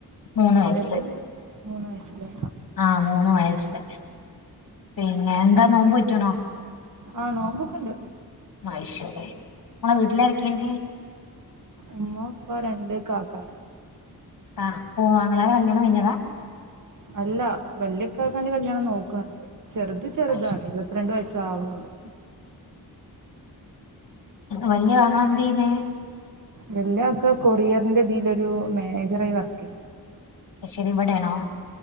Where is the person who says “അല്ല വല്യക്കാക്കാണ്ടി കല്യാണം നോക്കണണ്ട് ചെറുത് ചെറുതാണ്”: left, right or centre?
Right